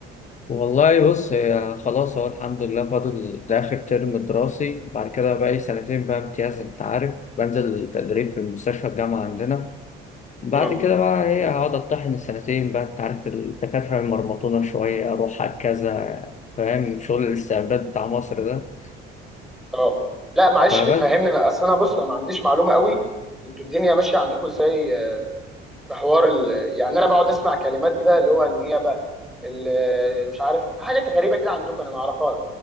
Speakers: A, on the left; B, in the centre.
A: والله بص هي خلاص هو الحمد لله فاضل ده آخر ترم دراسي بعد كده بقى لي سنتين بقى امتياز أنت عارف بنزل تدريب في المستشفى الجامعة عندنا بعد
B: مم.
A: كده بقى إيه هقعد أطحن السنتين بقى أنت عارف الدكاترة المرمطونة شوية أروح على كذا فاهم شغل الاستعباد بتاع مصر ده
B: اه لا معلش
A: فبس
B: فهمني انا اصل انا بص انا ما عنديش معلومة قوي انتوا الدنيا ماشية عندكم ازاي في حوار ال... يعني انا بقعد اسمع كلمات كده اللي هو النيابه ال- مش عارف في حاجات غريبه كده عندكم انا ما اعرفها